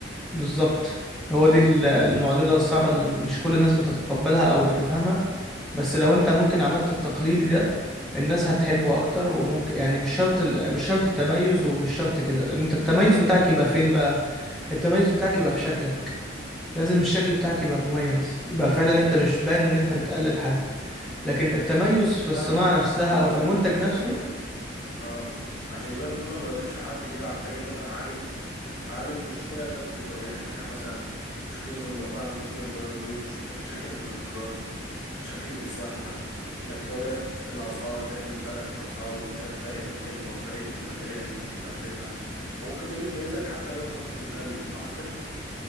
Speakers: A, in the centre; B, on the left (about 60°).
A: بالظبط هو دي ال- المعضلة الصعبة اللي مش كل الناس بتتقبلها او بتفهمها بس لو انت ممكن عملت التقليدي ده الناس هتحبه اكتر وممكن يعني مش شرط ال- مش شرط التميز ومش شرط كده انت التميز بتاعك يبقى فين بقى التميز بتاعك يبقى في شكلك لازم الشكل بتاعك يبقى مميز يبقى فعلا انت مش باين ان انت بتقلد حد لكن التميز في
B: طيب
A: الصناعة
B: عشان
A: نفسها
B: يبان
A: أو في المنتج
B: عشان
A: نفسه
B: يبان اه عشان يبان ان انا ما قلتش حد كده هحتاج ان انا اعالج اعالج مشكله الناس بتواجهها يعني مثلا مشكله المطاعم ممكن بيواجهوا ايه مش... مشاكل في الانتظار مشاكل في الزحمه انك تواجه الاسعار تعمل فرق في الاسعار وفرق في الخدمه وفرق في الماتيريال اللي انت بتقدمها فممكن دي اللي تميزك حتى لو انت كنت بتقلد صح كده